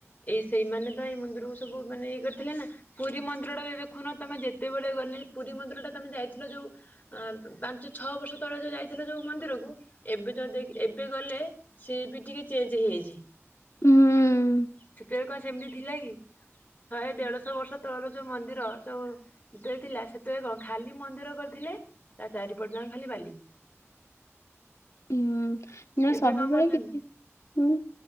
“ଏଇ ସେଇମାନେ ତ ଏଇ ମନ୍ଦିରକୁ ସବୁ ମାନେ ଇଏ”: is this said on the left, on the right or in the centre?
Left